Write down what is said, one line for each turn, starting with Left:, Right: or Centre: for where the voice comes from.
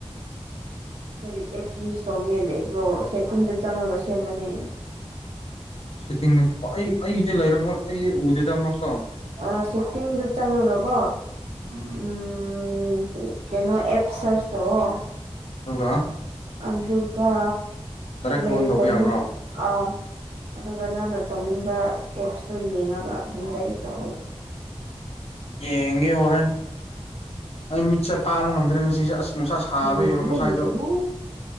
Right: ꯀꯔꯤ ꯑꯦꯞꯁ ꯌꯨꯁ ꯇꯧꯅꯤꯡꯉꯥꯏ ꯂꯩꯕ꯭ꯔꯣ ꯁꯦꯇꯤꯡꯗ ꯆꯪꯉꯒ ꯁꯦꯝꯃꯅꯦ
Left: ꯁꯦꯇꯤꯡꯅ ꯑꯩ ꯑꯩꯒꯤꯗꯤ ꯂꯩꯔꯝꯃꯣꯏ ꯑꯩ ꯎꯗꯦꯗ ꯃꯆꯥ
Right: ꯑ ꯁꯦꯇꯤꯡꯗ ꯆꯪꯉꯒꯀꯣ
Left: ꯎꯝ
Right: ꯎꯝ ꯎ ꯀꯩꯅꯣ ꯑꯦꯞ ꯁꯔꯆ ꯇꯧꯑꯣ
Left: ꯗꯨꯒ
Right: ꯑꯗꯨꯒ
Left: ꯗꯥꯏꯔꯦꯛ ꯀ꯭ꯂꯣꯟ
Right: ꯂꯩꯕꯅꯦ
Left: ꯇꯧꯕ ꯌꯥꯕ꯭ꯔꯣ
Right: ꯑꯥ ꯑꯗꯨꯒ ꯅꯪꯅ ꯇꯧꯅꯤꯡꯕ ꯑꯦꯞꯁꯇꯣ ꯌꯦꯡꯉꯒ ꯑꯗꯨꯝ ꯗꯥꯏꯔꯦꯛ ꯇꯧꯕꯤꯔꯝ
Left: ꯌꯦꯉꯦ ꯍꯣꯔꯦꯟ ꯑꯩ ꯃꯤꯠꯁꯦ ꯇꯥꯡꯕ ꯉꯝꯗ꯭ꯔꯦ ꯉꯁꯤꯁꯦ ꯑꯁ ꯅꯨꯡꯁꯥ ꯁꯥꯕ
Right: ꯌꯥꯅꯤ
Left: ꯌꯦꯕ ꯉꯁꯥꯏꯗꯣ
Right: ꯌꯦꯡꯉꯣ ꯌꯦꯡꯉꯣ